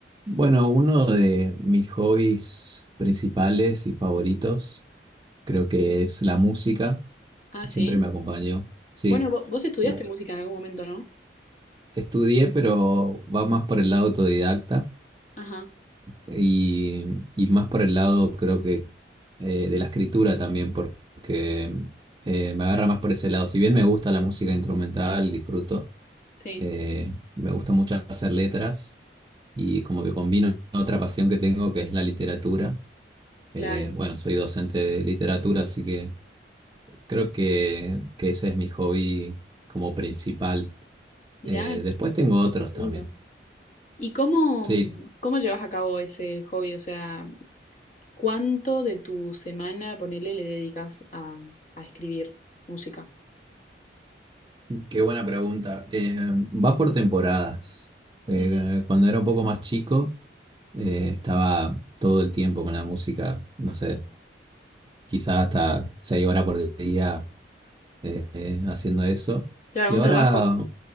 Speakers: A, on the right (about 25°); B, on the left (about 40°).
A: Bueno, uno de mis hobbies principales y favoritos creo que es la música.
B: Ah,
A: Siempre
B: sí.
A: me acompañó. Sí,
B: Bueno, vo- vos, estudiaste
A: La-
B: música en algún momento, ¿no?
A: estudié, pero va más por el lado autodidacta
B: Ajá,
A: y, y más por el lado creo que eh, de la escritura también, porque eh, me agarra más por ese lado. Si bien me gusta la música instrumental, disfruto,
B: sí,
A: eh, me gusta mucho hacer letras y como que combino otra pasión que tengo que es la literatura.
B: claro.
A: Eh, bueno, soy docente de literatura, así que creo que, que ese es mi hobby como principal.
B: Mirá,
A: Eh, después tengo otros
B: qué
A: también.
B: lindo. ¿Y cómo,
A: Sí,
B: cómo llevas a cabo ese hobby? O sea, ¿cuánto de tu semana, ponele, le dedicas a, a escribir música?
A: qué buena pregunta. Eh, va por temporadas. Eh,
B: Ujú.
A: cuando era un poco más chico, eh, estaba todo el tiempo con la música, no sé, quizás hasta seis horas por día eh, eh, haciendo eso.
B: Claro,
A: Y
B: un
A: ahora
B: trabajo.